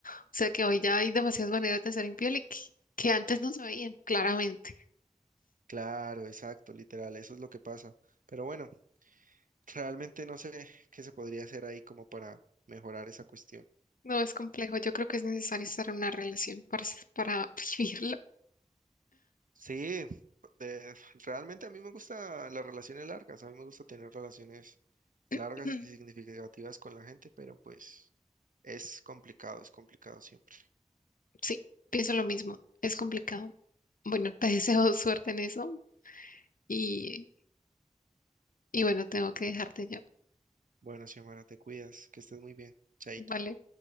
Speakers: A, on the left; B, on the right.
A: O sea que hoy ya hay demasiadas maneras de ser infiel y que, que antes no se veían, claramente.
B: Claro, exacto, literal, eso es lo que pasa. Pero bueno, <laughs> realmente no sé qué se podría hacer ahí como para mejorar esa cuestión.
A: No es complejo, yo creo que es necesario estar en una relación para, s- para <laughs> vivirlo.
B: Sí, de- realmente a mí me gustan las relaciones largas, a mí me gusta tener relaciones largas
A: <clears throat>
B: y significativas con la gente, pero pues es complicado, es complicado siempre.
A: Sí, pienso lo mismo, es complicado. Bueno, <laughs> te deseo suerte en eso y, y bueno, tengo que dejarte ya.
B: Bueno, Xiomara, te cuidas, que estés muy bien. Chaito.
A: Vale.